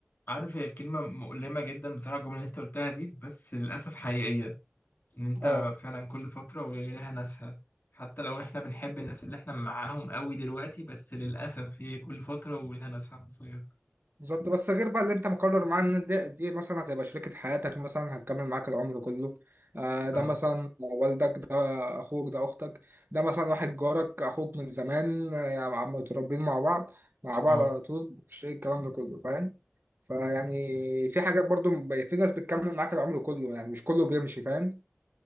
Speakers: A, on the left; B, on the right.
A: عارف هي كلمه مؤلمه جدا بصراحه الجمله اللي انت قلتها دي بس للاسف حقيقيه ان انت
B: اه
A: فعلا كل فتره وهي لها ناسها حتى لو احنا بنحب الناس اللي احنا معاهم قوي دلوقتي بس للاسف هي كل فتره ولها ناسها حرفيا
B: بالظبط بس غير بقى اللي انت مقرر معاه ان دي, دي مثلا هتبقى شريكة حياتك مثلا هتكمل معاك العمر كله آه ده
A: اه
B: مثلا والدك ده اخوك ده اختك ده مثلا واحد جارك اخوك من زمان آه، يعني عم- متربيين مع بعض مع بعض
A: اه
B: على طول مفيش ايه الكلام ده كله فاهم فيعني في حاجات برضو ب- في ناس بتكمل معاك العمر كله يعني مش كله بيمشي فاهم